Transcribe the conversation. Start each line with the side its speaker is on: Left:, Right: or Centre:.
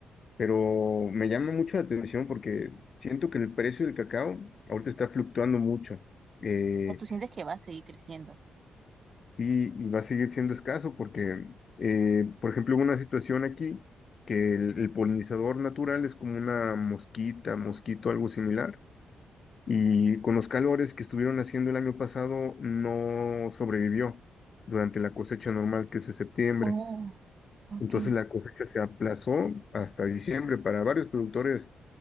Left: Pero me llama mucho la atención porque siento que el precio del cacao ahorita está fluctuando mucho eh,
Right: O sea, tú sientes que va a seguir creciendo.
Left: y, y va a seguir siendo escaso porque, eh, por ejemplo, hubo una situación aquí que el, el polinizador natural es como una mosquita, mosquito, algo similar. Y con los calores que estuvieron haciendo el año pasado, no sobrevivió durante la cosecha normal que es de septiembre.
Right: Oh, ok.
Left: Entonces la cosecha se aplazó hasta diciembre. Para varios productores